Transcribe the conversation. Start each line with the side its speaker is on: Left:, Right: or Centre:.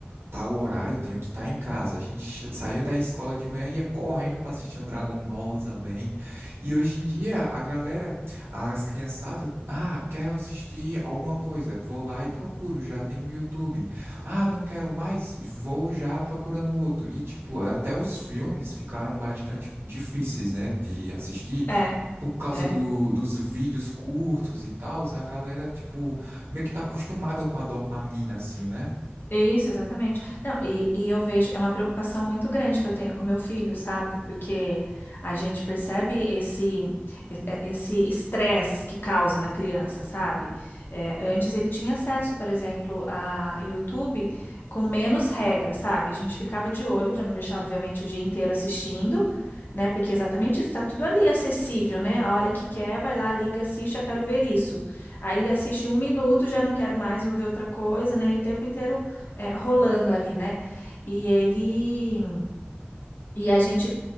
Right: Tal horário eu tenho que estar em casa. A gente ch- saía da escola de manhã e ia correndo pra assistir um Dragon Ball também. E hoje em dia, a galera, as criançadas, ah, quero assistir alguma coisa, vou lá e procuro, já tem no YouTube. Ah, não quero mais, vou já procurando outro. E, tipo, até os filmes ficaram bastante difíceis, né, de assistir
Left: É,
Right: por causa
Left: é.
Right: do, dos vídeos curtos e tal. A galera, tipo, meio que tá acostumada com a dopamina, assim, né?
Left: Isso, exatamente. Não, e, e eu vejo, é uma preocupação muito grande que eu tenho com meu filho, sabe? Porque a gente percebe esse e- e- esse estresse que causa na criança, sabe? É, antes ele tinha acesso, por exemplo, a YouTube com menos regra, sabe? A gente ficava de olho para não deixar, obviamente, o dia inteiro assistindo, né? Porque é exatamente isso, tá tudo ali acessível, né? A hora que quer, vai lá, liga, assiste, eu quero ver isso. Aí assiste um minuto, já não quero mais, vou ver outra coisa, né? E o tempo inteiro é, rolando ali, né? E ele. E a gente